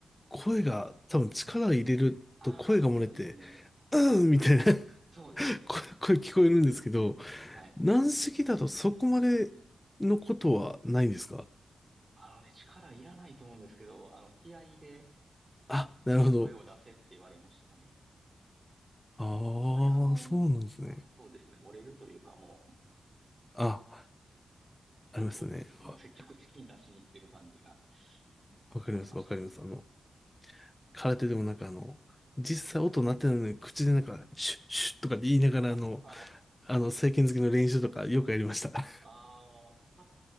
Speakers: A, on the left (about 15°); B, on the right (about 30°).
A: 声が、多分力を入れると声が漏れて、
B: ああ、そうですね。はい。
A: うんみたいな <laughs>
B: そうですね。
A: 声、声聞こえるんですけど、
B: はい。
A: 軟式だとそこまでのことはないんですか
B: あのね、力いらないと思うんですけど、あの、気合で
A: あ、なるほど。
B: 声を出せって言われましたね。やっ
A: ああ、
B: ぱりあのーそうですね、
A: そうなんですね。
B: 漏れるというか、も
A: あ、ありますね。
B: う、もう、もう積極的に出しに行ってる感じが
A: わ、わかります、
B: ありましたね。
A: わかります。あの、空手でもなんかあの、実際音鳴ってないのに口でなんか、シュッシュッとかって言いながらあの、
B: あ、あー、
A: あの、正拳突きの練習とかよくやりました。<laughs>
B: あー、